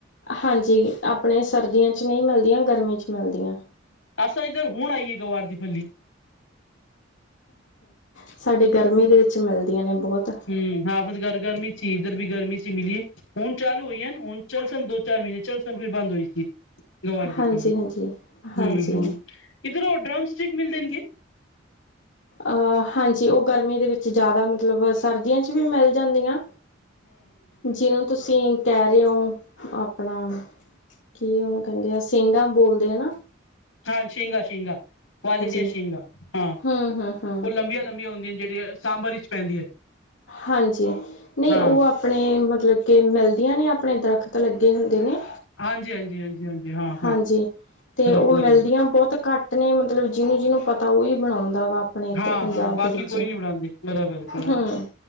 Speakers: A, on the left (about 65°); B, on the left (about 85°).
A: ਹਾਂਜੀ ਆਪਣੇ ਸਰਦੀਆਂ ਚ ਨਹੀਂ ਮਿਲਦੀਆਂ ਗਰਮੀ 'ਚ' ਮਿਲਦੀਆਂ,
B: ਅਛਾ ਇਧਰ ਹੁਣ ਆਈਏ ਗਵਾਰ ਦੀ ਫੱਲੀ
A: ਸਾਡੇ ਗਰਮੀ ਦੇ ਵਿੱਚ ਮਿਲਦੀਆਂ ਨੇ ਬਹੁਤ
B: ਹੂੰ ਹਾਂ ਫੇਰ ਗਰ ਗਰਮੀ ਛੀ ਇਧਰ ਵੀ ਗਰਮੀ ਛੀ ਮਿਲੀ ਏ ਹੁਣ ਚਾਲੂ ਹੋਈ ਅਨ ਹੁਣ ਚੱਲ ਸਨ ਦੋ-ਚਾਰ ਮਹੀਨੇ ਚੱਲ ਸਨ ਫਿਰ ਬੰਦ ਹੋਏ ਗੀ। ਗਵਾਰ ਦੀ
A: ਹਾਂਜੀ
B: ਫਲੀ
A: ਹਾਂਜੀ
B: ਹੂੰ-ਹੂੰ
A: ਹਾਂਜੀ
B: ਇੱਧਰੋਂ ਡਰਮ ਸਟਿਕ ਮਿਲਦੇ ਨੇ ਗੇ।
A: ਅ ਹਾਂਜੀ ਉਹ ਗਰਮੀ ਦੇ ਵਿੱਚ ਜ਼ਿਆਦਾ ਮਤਲਬ ਸਰਦੀਆਂ ਚ ਵੀ ਮਿਲ ਜਾਂਦੀਆਂ। ਜੀਨੂੰ ਤੁਸੀਂ। ਕਹਿ ਰੇ ਔ, ਆਪਣਾਂ ਕੀ ਉਹਨੂੰ ਕਹਿੰਦੇ ਆ ਸਿੰਗਾਂ ਬੋਲਦੇ ਆ ਨਾ
B: ਹਾਂ ਛੀਗਾ-ਛੀਗਾ ਵਾਲੇ ਦੀਆਂ
A: ਹਾਂਜੀ
B: ਸ਼ੀਗਾ, ਹਾਂ
A: ਹਮ ਹਮ ਹਮ
B: ਉਹ ਲੰਬੀਆਂ-ਲੰਬੀਆਂ ਹੁੰਦੀਆਂ ਜਿਹੜੀਆਂ। ਸਾਂਬਰ ਵਿੱਚ ਪੈਂਦੀਆਂ
A: ਹਾਂਜੀ ਨਹੀਂ
B: ਹਾਂ
A: ਓ ਅਪ ਆਪਣੇ ਮਤਲਬ ਕੇ ਮਿਲਦੀਆਂ ਨੇ, ਆਪਣੇ ਦਰਖ਼ਤ ਲੱਗੇ ਹੁੰਦੇ ਨੇ
B: ਹਾਂਜੀ ਹਾਂਜੀ ਹਾਂਜੀ ਹਾਂਜੀ ਹਾਂ ਹਾਂ
A: ਹਾਂਜੀ ਤੇ
B: ਦਰਖਤ
A: ਓ ਮਿਲਦੀਆਂ
B: ਲੱਗੇ
A: ਬਹੁਤ ਘੱ ਟ ਨੇ ਮਤਲਬ ਜੀਨੂੰ ਜੀਨੂੰ ਪਤਾਂ ਉਈ ਬਣਾਉਂਦਾ ਵਾ ਆਪਣੇ ਇੱਧਰ
B: ਹਾਂ-
A: ਪੰਜਾਬ
B: ਹਾਂ ਬਾਕੀ
A: ਦੇ ਵਿੱਚ
B: ਕੋਈ ਨੀਂ ਬਣਾਦੇ ਬਰਾਬਰ -ਬਰਾਬਰ।
A: ਹਮ